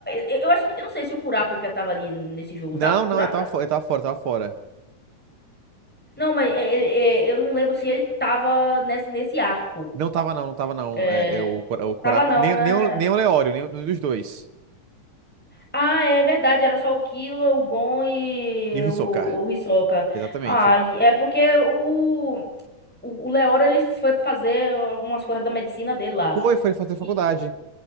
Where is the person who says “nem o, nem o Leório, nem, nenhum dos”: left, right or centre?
Right